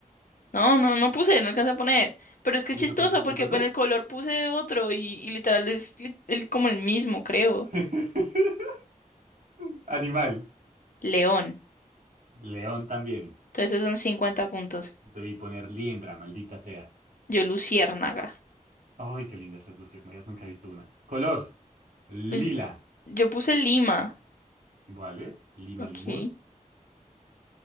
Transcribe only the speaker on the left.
No, no, no puse, no alcancé a poner. Pero es que
es chistoso
porque
pues,
en el color puse otro y, y literal es li- el- como el mismo, creo.
León.
Entonces esos son cincuenta puntos.
Yo, luciérnaga.
L- Yo puse Lima.
Ok.